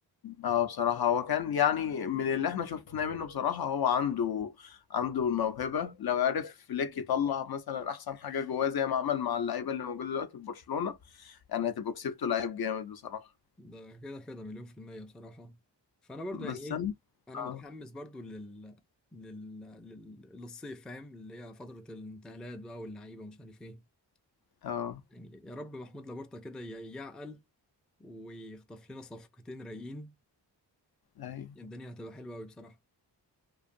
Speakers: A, on the left; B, in the centre.
A: اه بصراحة هو كان يعني من اللي احنا شفناه منه بصراحة هو عنده عنده الموهبة لو عرف فليك يطلع مثلا احسن حاجة جواه زي ما عمل مع اللعيبة اللي موجودة دلوقتي في برشلونة يعني هتبقوا كسبتوا لعيب جامد بصراحة
B: ده كده كده مليون في المية بصراحة فأنا برضو يعني
A: بس
B: إيه
A: انا
B: أنا
A: اه
B: متحمس برضو لل... لل... لل... للصيف فاهم اللي هي فترة الانتقالات بقى واللعيبة ومش عارف إيه
A: اه
B: يعني يا رب محمود لابورتا كده ي- يعقل ويخطف لنا صفقتين رايقين
A: أيوة.
B: الدنيا هتبقى حلوة أوي بصراحة